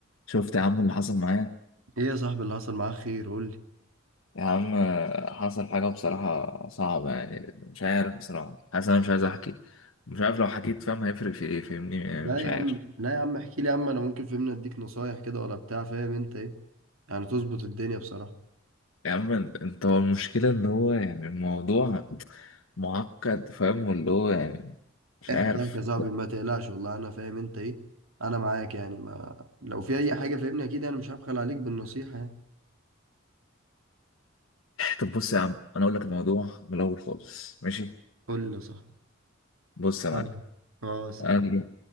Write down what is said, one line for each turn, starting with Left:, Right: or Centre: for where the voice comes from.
Left: شفت يا عم اللي حصل معايا
Right: ايه يا صاحبي اللي حصل معاك خير قول لي
Left: يا عم آه، حصل حاجة بصراحة صعبة يعني مش عارف بصراحة حاسس أنا مش عايز أحكي مش عارف لو حكيت فاهم هيفرق في إيه فاهمني يعني
Right: لا
Left: مش
Right: يا
Left: عارف
Right: عم لا يا عم احكي لي يا عم انا ممكن فهمني اديك نصايح كده ولا بتاع فاهم انت ايه يعني تظبط الدنيا بصراحة
Left: يا عم أنت هو المشكلة إن هو يعني الموضوع معقد فاهم واللي هو يعني مش
Right: احكي
Left: عارف
Right: احكي يا صاحبي ما تقلقش والله انا فاهم انت ايه انا معاك يعني ما لو في اي حاجة فهمني اكيد انا مش هبخل عليك بالنصيحة يعني
Left: طب بص يا عم أنا أقول لك الموضوع من الأول خالص ماشي
Right: قول لي يا صاحبي
Left: بص يا
Right: سامع
Left: معلم
Right: اه سامع
Left: انا دلوقتي